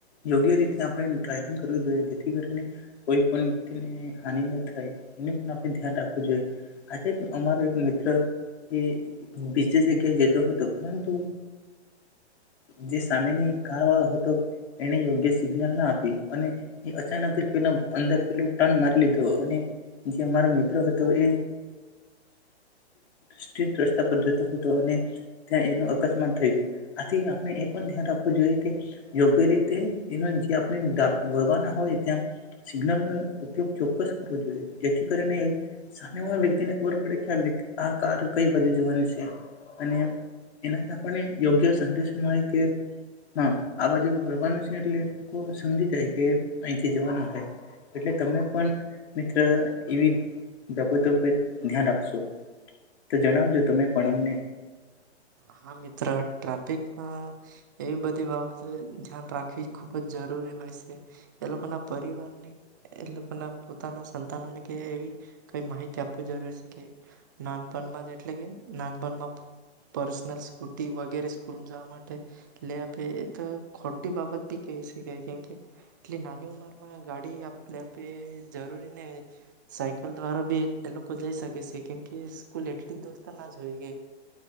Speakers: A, on the left; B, on the right.
A: યોગ્ય રીતે આપણે ડ્રાઈવિંગ કરવી જોઈએ જેથી કરીને કોઈ પણ વ્યક્તિને હાનિ ન થાય એ પણ આપણે ધ્યાન રાખવું જોઈએ આજે અમારો એક મિત્ર એ બીજ જગ્યાએ જતો હતો, પરંતુ જે સામેની ગા વા હતો એને યોગ્ય સિગ્નલ ના આપી અને એ અચાનક જ પેલા અંદર પેલું ટર્ન મારી લીધો અને જે અમારો મિત્ર હતો એ સ્ટેટ રસ્તા પર જતો હતો અને ત્યાં એનું અકસ્માત થયું, આથી આપણે એ પણ ધ્યાન રાખવું જોઈએ કે યોગ્ય રીતે એનો જે આપણેવાના હોય ત્યાં સિગ્નલનો ઉપયોગ ચોક્કસ કરવો જોઈએ જેથી કરીને સામેવા વ્યક્તિને ખબર પડે કે કાર કઈ બાજુ જવાની છે અને એનાથી આપણને યોગ્ય સંદેશ મળે કે હા આ બાજુ વળવાનું છે એટલે લોકો સમજી જાય કે અહીંથી જવાનું હોય એટલે તમે પણ મિત્ર એવી બાબતો પર ધ્યાન રાખશો તો જણાવજો તમે પણ અમને
B: હા, મિત્ર ટ્રાફિકમાં એવી બધી બાબતો આમ ત્યાંથી ખૂબ જ જરૂરી હોય છે એ લોકો ના પરિવારને, એ લોકો ના પોતાના સંતાનોને કે એવી કઈ માહિતી આપવી જરૂરી છે કે નાનપણમાં જ એટલે કે નાનપણમાં પર્સનલ સ્કૂટી વગેરે સ્કૂલમાં જ માટે લે આપે એ તો ખોટી બાબત બી કહી શકાય કેમકે એટલી નાની ઉંમરમાં ગાડી લે આપે જરૂરી ને સાયકલ દ્વારા બી એ લોકો જઈ શકે શે કેમકે સ્કૂલ એટલી દૂર તો ના જ હોય કે